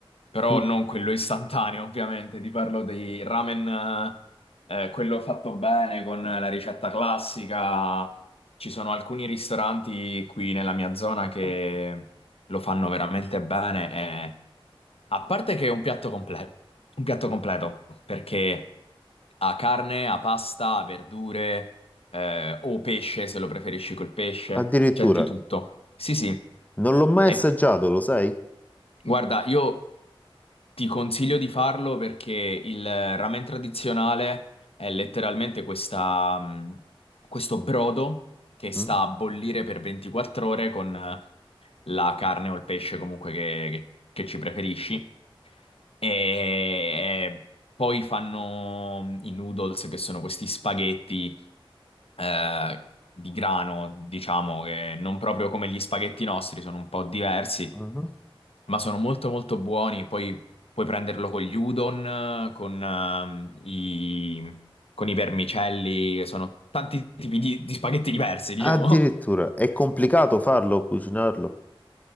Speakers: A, on the left; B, on the left.
A: però
B: mm,
A: non quello istantaneo, ovviamente. Ti parlo di ramen, eh, eh, quello fatto bene con la ricetta classica. Ci sono alcuni ristoranti qui nella mia zona che lo fanno veramente bene. e- A parte che è un piatto completo, un piatto completo, perché ha carne, ha pasta, ha verdure, eh, o pesce, se lo preferisci col pesce,
B: addirittura.
A: c'è di tutto. Sì, sì.
B: Non l'ho mai
A: E
B: assaggiato, lo sai?
A: Guarda, io ti consiglio di farlo perché il ramen tradizionale è letteralmente questa, mh, questo brodo che sta
B: Mm?
A: a bollire per 24 ore con eh, la carne o il pesce comunque che, che- che ci preferisci e eh, poi fanno i noodles, che sono questi spaghetti eh, di grano, diciamo che non proprio come gli spaghetti nostri, sono un po' diversi,
B: Mhm.
A: ma sono molto molto buoni. Poi puoi prenderlo con gli udon, eh, con, ehm, i, con i vermicelli, sono tanti tipi di, di spaghetti diversi, diciamo.
B: Addirittura, è complicato farlo, cucinarlo?